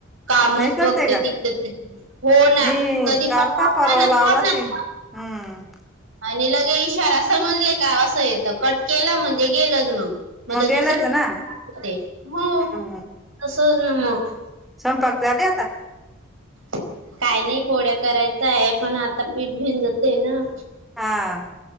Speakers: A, on the right; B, in the centre.
A: कामच
B: नाही करते
A: बघते
B: का
A: तिथ ती हो ना
B: मी
A: कधी
B: काल
A: पण
B: का
A: ना लावणार.
B: लावला ते, हम्म
A: आणि लगे इशारा समजले का असं येतं कट केलं म्हणजे गेलंच मग. मग तर
B: गेलच
A: दुसऱ्या
B: ना
A: <unintelligible> ते हो,
B: हम्म
A: तस ना मग
B: स्वयंपाक झाले आता.
A: काय नाही पोळ्या करायचा आहे, पण आता पीठ भिंजत आहे ना.
B: हा